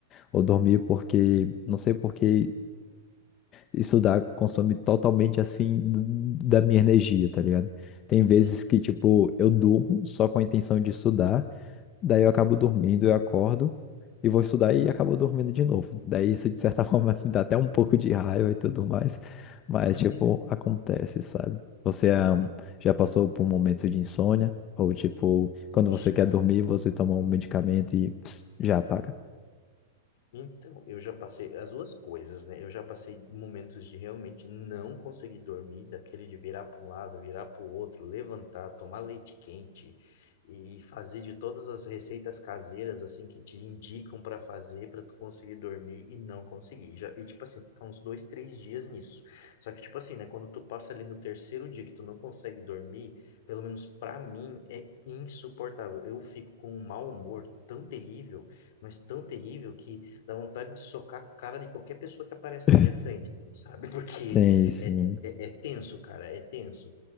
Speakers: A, on the left; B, on the left.
A: ou dormir, porque, não sei por que. Estudar consome totalmente assim da minha energia, tá ligado? Tem vezes
B: Uhum,
A: que, tipo, eu durmo só com a intenção de estudar, daí eu acabo dormindo, eu acordo e vou estudar e acabo dormindo de novo. Daí isso, de certa <laughs> forma,
B: entendi.
A: me dá até um pouco de raiva e tudo mais, mas,
B: <laughs>
A: tipo, acontece, sabe? Você ah,
B: Uhum.
A: já passou por um momento de insônia? Ou, tipo, quando
B: Já.
A: você quer dormir, você toma um medicamento e pss, já apaga?
B: Então, eu já passei as duas coisas, né? Eu já passei momentos de realmente não conseguir dormir, daquele de virar para um lado, virar para o outro, levantar, tomar leite quente e fazer de todas as receitas caseiras assim que te indicam para fazer para tu conseguir dormir e não conseguir. E, já, e tipo assim, ficar uns dois, três dias nisso. Só que tipo assim, né? Quando tu passa ali no terceiro dia que tu não consegue dormir, pelo menos para mim é insuportável. Eu fico com um mau humor tão terrível mas tão terrível que dá vontade de socar a cara de qualquer pessoa que aparece
A: <laughs>
B: na minha frente, assim, sabe? <laughs> Porque
A: Sim, sim,
B: é, é, é tenso, cara, é tenso.